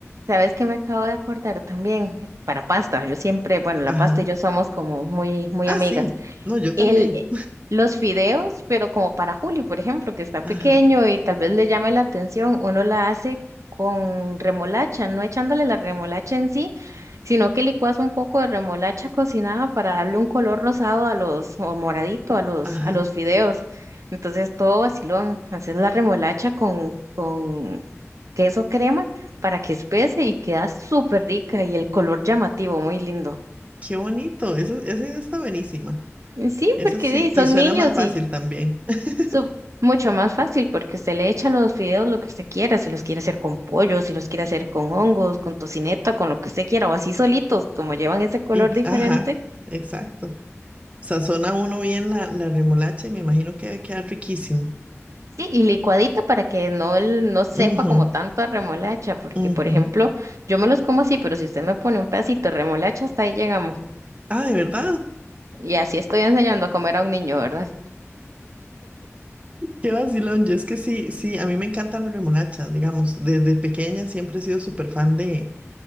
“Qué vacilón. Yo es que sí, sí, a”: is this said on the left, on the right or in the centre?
Right